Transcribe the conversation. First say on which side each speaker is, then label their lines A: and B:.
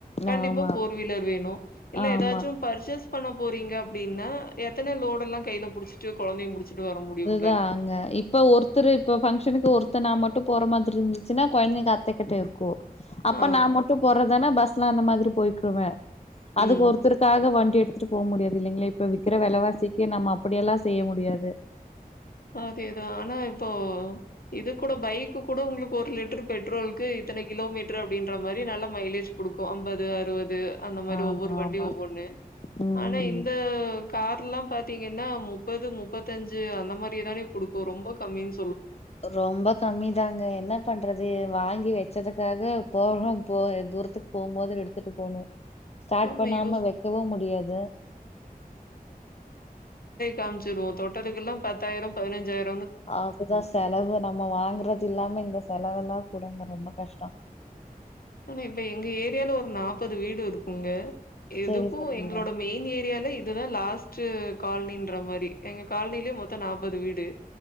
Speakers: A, on the left (about 75°); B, on the left (about 45°).
A: கண்டிப்பா
B: ஆமா
A: ஃபோர் வீலர் வேணும் இல்ல
B: ஆமா
A: ஏதாச்சும் பர்ச்சேஸ் பண்ண போறீங்க அப்டின்னா எத்தன லோட எல்லா கையில புடிச்சிட்டு குழந்தையும் புடிச்சட்டு ச்ட்டு வர முடியும்ங்
B: தான்ங்க இப்ப ஒருத்தர் இப்ப பங்க்ஷனுக்கு ஒருத்தனா மட்டும் போற மாரி இருந்துச்சுன்னா குழந்தைங்க அத்தக்கிட்டே இருக்கும் அப்ப
A: ஆ.
B: நா மட்டும் போறதானே பஸ் ட்லா அந்த மாதிரி போயிக்குவே அதுக்கு
A: ம்.
B: ஒருத்தருக்காக வண்டி எடுத் டுத்துட்டு போக முடியாது இல்லைங்களா இப்ப விறக்கிற விலவாசிக்கு நம்ம அப்படியெல்லாம் செய்ய முடியாது.
A: அதேதா ஆனா இப்போ இது கூட பைக்கு கூட உங்களுக்கு ஒரு லிட்டரு பெட்ரோல்க்கு இத்தன கிலோமீட்டர் அப்படின்ற மாரி நல்ல மைலேஜ் குடுக்கும் ஐம்பது அறுபது அந்த மாரி
B: ஆமா
A: ஒவ்வொரு வண்டியும்
B: ஆமா
A: ஒவ்வொன்னு
B: ம்
A: ஆனா இந்த கார் எல்லா பாத்தீங்கன்னா முப்பது முப்பத்தஞ்சு அந்த மாரி ரிதானே குடுக்கும் ரொம்ப கம்மினு
B: ரொம்ப கம்மிதாங்க என்ன பண்றது வாங்கி வச் ச்சதுக்காக போகம் போய தூரத்துக் போம்போது எடுத்துட்டு போணூ ஸ்டாட்
A: ஆமா
B: பண்ணாம
A: யூஸ்
B: வெக்கவூ முடியாது
A: காம்ச்சிடூ தொட்டதுக்கெல்லா பத்தாயிரோ பதினஞ்சாயிர்
B: அதுதா செலவு நம்ம வாங்கறது இல்லாம இந்த செலவுல்லா கூடங்க ரொம்ப கஷ்டோ
A: ஆனா இப்ப எங்க ஏரியால ஒரு நாப்பது வீடு இருக்கூங்க எதுக்கூ
B: சரி சரிங்க.
A: எங்களோட மெயின் ஏரியால இதுதா லாஸ்ட் சு கால்னின்ற மாரி எங்க கால்னிலே மொத்தோ நாப் பது வீடு